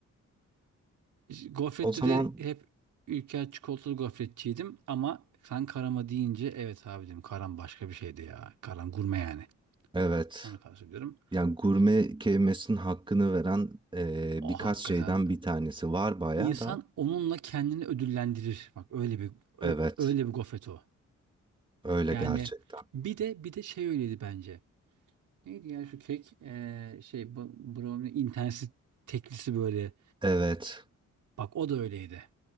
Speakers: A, on the right (about 80°); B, on the right (about 15°).
A: Gofrette
B: O zaman
A: de hep Ülker çikolatalı gofretçiydim ama sen karama deyince evet abi dedim karam başka bir şeydi ya. Karam gurme yani.
B: evet.
A: Onu kastediyorum.
B: Yani gurme kelimesinin hakkını veren eee,
A: O
B: birkaç
A: hakikaten
B: şeyden bir tanesi var bayağı
A: insan
B: da.
A: onunla kendini ödüllendirir. Bak öyle bir ö-
B: Evet.
A: öyle bir gofret o.
B: Öyle
A: Yani
B: gerçekten.
A: bir de bir de şey öyleydi bence. Neydi ya şu kek? Ee, şey bu- brownie interneti teklisi böyle.
B: Evet.
A: Bak o da öyleydi.